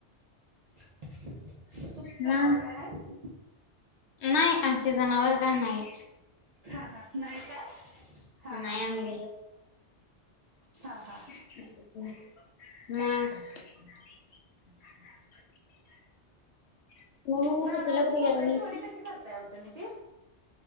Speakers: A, on the right; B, on the left.
A: तुमच जनावर
B: मग
A: काय हाहेस.
B: नाही आमचे जनावर काय नाही.
A: हा हा. नाही काय? हा
B: नाही
A: हा
B: आम्ही
A: हा हा
B: <unintelligible> ना.
A: <inaudible>
B: <unintelligible> महिन्यात
A: नाराळाची
B: सुट्टीला कुठे
A: खोबऱ्याची
B: गेला नाहीस
A: वडी कशी करताय ओ तुम्ही ती.